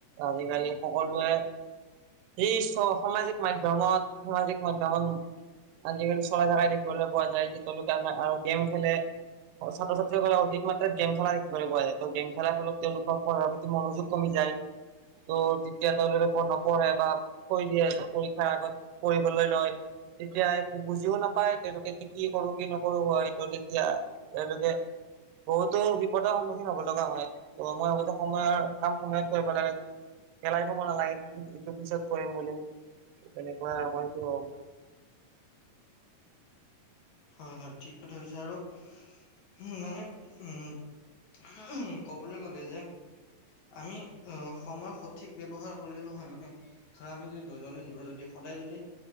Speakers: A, on the right; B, on the left.
A: আজিকালি সকলোৱে <unintelligible> সামাজিক মাধ্য়মত সামাজিক মাধ্য়মত আজিকালি চল ধাৰাই দেখিবলৈ পোৱা যায় যে। তেওঁলোকে আ আৰু গেম খেলে অ', ছাত্ৰ- ছাত্ৰীয়ে কলে <unintelligible> গেম খেলা দেখিবলৈ পোৱা যায় ত গেম খেলাৰ ফলত তেওঁলোকৰ পঢ়াৰ প্ৰতি মনোযোগ কমি যায়। ত' তেতিয়া তেওঁলোকে পঢ নপঢ়ে <unintelligible> কৈ দিয়ে পৰীক্ষাৰ আগত কৰিবঢ়লৈ লৈ। তেতিয়া একো বুজিও নাপায় তেওঁলোকে কি কৰো কি নকৰো হয় তেতিয়া তেওঁলোকে বহুতো বিপদ <unintelligible> কি হব লগা হয় ত মই ভাবো যে সময়ৰ কাম সময়ত কৰিব লাগে। খেলাই থাব নালাগে এইটো পিছত কৰিম বুলি তেনেকুৱাই আৰু মই সটো হ
B: হয়, হয়। ঠিক কথা হৈছে আৰু উম, মানে উম ক'বলৈ গলে যে আমি সময় সঠিক ব্যৱহাৰ কৰিলে নহয় মানে ধৰা আমি যদি দৈনন্দিন জীৱনত যদি সদায় যদি